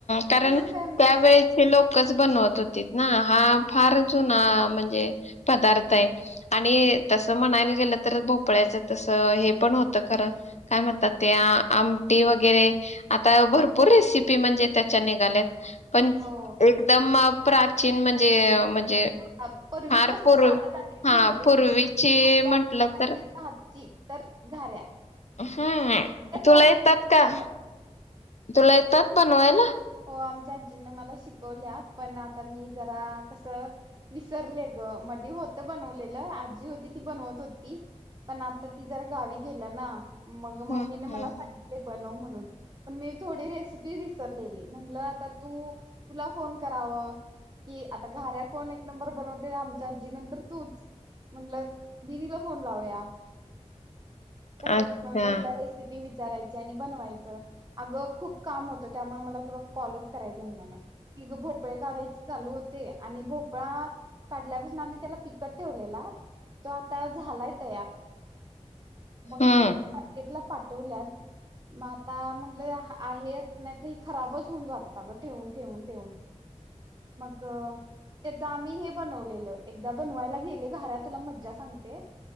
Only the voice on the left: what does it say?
कारण
त्यावेळेचे
लोकच बनवत होती ना हा फार जुना म्हणजे पदार्थ आहे आणि तस म्हणायला गेलं तर भोपळ्याच तस हे पण होत खर काय म्हणतात ते आमटी वगैरे आता भरपूर रेसि पी म्हणजे त्याच्या निघाल्यात. पण
एकदम. प्राचीन म्हणजे म्हणजे
फार पूर्वी
हा
पूर्वीची
म्हंटलं
तर
हम्म
तुला
येतात का?
तुला येतात बनवायला?
हम्म
हम्म
हम्म
अच्छा
हम्म